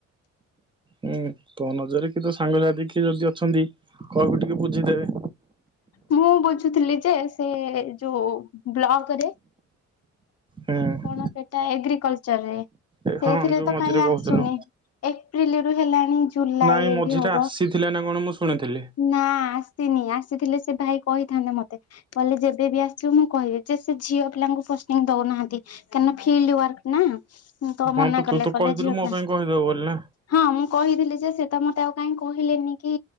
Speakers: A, on the right; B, on the left.
A: ହୁଁ ତୋ ନଜରରେ କି ତ ସାଙ୍ଗସାଥି କିଏ ଯଦି ଅଛନ୍ତି। କହବୁ ଟିକେ ବୁଝିଦେବେ।
B: ମୁଁ ବୁଝୁଥିଲି ଯେ ସେ ଯୋଉ ବ୍ଲକ ରେ
A: ହୁଁ
B: କଣ ସେଟା ଏଗ୍ରିକଲଚରରେ।
A: ଏ
B: ସେଇଥିରେ
A: ହଁ ଯୋଉ
B: ତ
A: ମଝିରେ
B: କାହିଁ ଆସୁନି।
A: କହୁଥିଲୁ
B: ଏପ୍ରିଲି ରୁ ହେଲାଣି ଜୁଲାଇ
A: ନାଇଁ
B: ହେଇଟି
A: ମଝିରେ
B: ହବ
A: ଆସିଥିଲା ନା କଣ ମୁଁ ଶୁଣିଥିଲି।
B: ନା ଆସିନି ଆସିଥିଲେ ସେ ଭାଇ କହିଥାନ୍ତେ ମତେ କହିଲେ ଯେବେ ବିି ଆସିବୁ ମୁଁ କହିବି ଯେ ସେ ଝିଅ ପିଲାଙ୍କୁ ଫାଶ୍ ଉ ଦଉନାହାନ୍ତି କାହିଁନା ଫିଲ୍ଡ ୱାର୍କ ନା ହୁ ତ
A: ହଁ
B: ମନା କଲେ
A: ତୁ ତ
B: କଲେଜ
A: କହିଥିଲୁ
B: ଯିବା
A: ମୋ
B: ପାଇଁ
A: କହିଦବୁ ବୋଲି ନା
B: ହଁ ମୁଁ କହିଥିଲି ଯେ ସେ ତ ମତେ ଆଉ କାହିଁ କହିଲେନି କି